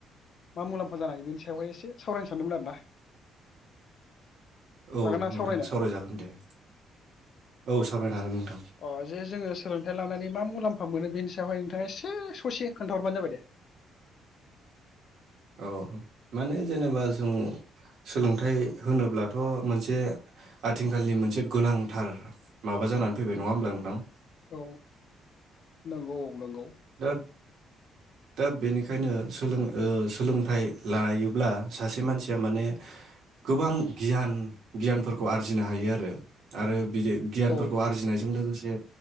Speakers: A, on the left; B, on the right.
A: मा मुलाम्फा जानो हायो बेनि सायावहाय एसे सावरायनो सानदोंमोन आरो ना।
B: औ
A: ना
B: नोंथां
A: सावरायनो
B: सावरायजागोन दे औ सावरायनो नोंथां हागोन।
A: अ जे जोंङो सोलोंथाइ लानानै मा मुलाम्फा मोनो बेनिसायावहाय नोंथांङा एसे ओ ससे खोन्थाहरबानो जाबाय दे।
B: औ माने जेनेबा जों सोलोंथाइ होनोब्ला थ' मोनसे आथिंखालनि मोनसे गोनांथार माबा जाना फैबाय नङा होमब्ला नोंथां।
A: औ नंगौ औ नंगौ।
B: दा दा बेनिखायनो सोलों ओ सोलोंथाइ लायोब्ला सासे मानसिया माने गोबां गियान गियानफोरखौ आरजिनो हायो आरो आरो बिदि गियानफोरखौ
A: औ
B: आरजिनायजों लोगोसे जे